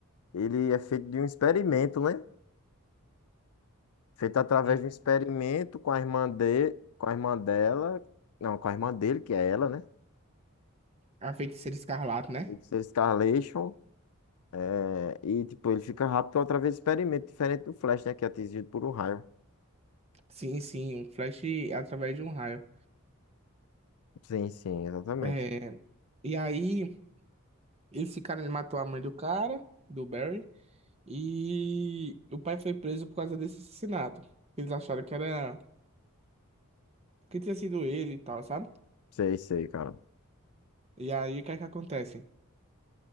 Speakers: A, on the left; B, on the right.
A: ele é feito de um experimento, né? Feito através
B: Hum.
A: de um experimento com a irmã de, com a irmã dela, não, com a irmã dele, que é ela, né?
B: A feiticeira escarlate, né?
A: Feito ser Scarlation, é, e tipo, ele fica rápido através do experimento, diferente do Flash, né? Que é atingido por um raio.
B: Sim, sim, um flash através de um raio.
A: Sim, sim, exatamente.
B: É, E aí, esse cara ele matou a mãe do cara, do Barry. E o pai foi preso por causa desse assassinato. Eles acharam que era que tinha sido ele e tal, sabe?
A: Sei, sei, cara.
B: E aí o que é que acontece?